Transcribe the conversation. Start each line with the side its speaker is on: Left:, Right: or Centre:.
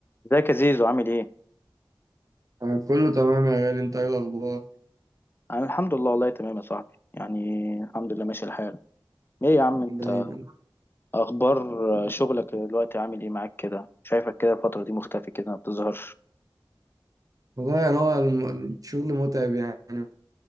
Left: ازيك يا زيزو عامل ايه؟
Right: يعني كله تمام يا غالي انت ايه الاخبار
Left: انا الحمد لله والله تمام يا صاحبي يعني الحمد لله ماشي الحال ايه يا عم انت
Right: دايما
Left: اخبار شغلك دلوقتي عامل ايه معاك كده؟ شايفك كده الفترة دي مختفي كده ما بتظهرش
Right: والله يعني هو الم- الشغل متعب يعني